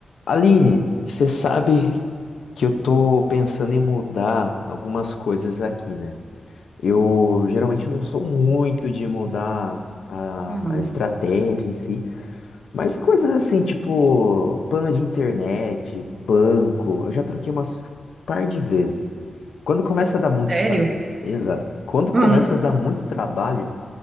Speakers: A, on the left; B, on the right.
A: Aline, você sabe que eu tô pensando em mudar algumas coisas aqui, né? Eu geralmente não sou muito de mudar a,
B: Hum,
A: a estratégia em si, mas coisas assim, tipo plano de internet, banco, eu já troquei umas par de vezes. Quando começa a dar muito
B: sério?
A: trabalho, exato. Quando
B: Hum.
A: começa a dar muito trabalho,